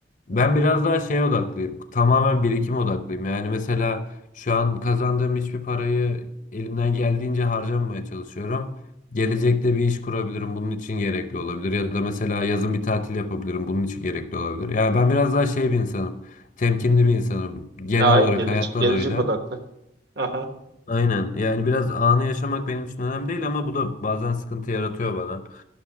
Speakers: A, on the left; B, on the right.
A: ben biraz daha şeye odaklıyım. Tamamen birikim odaklıyım. Yani mesela şu an kazandığım hiçbir parayı elimden geldiğince harcamamaya çalışıyorum. Gelecekte bir iş kurabilirim. Bunun için gerekli olabilir. Ya da mesela yazın bir tatil yapabilirim. Bunun için gerekli olabilir. Yani ben biraz daha şey bir insanım. Temkinli bir insanım. Genel
B: Hayır,
A: olarak
B: gelecek,
A: hayatta
B: gelecek
A: da öyle.
B: odaklı. Aha.
A: Aynen. Yani biraz anı yaşamak benim için önemli değil ama bu da bazen sıkıntı yaratıyor bana.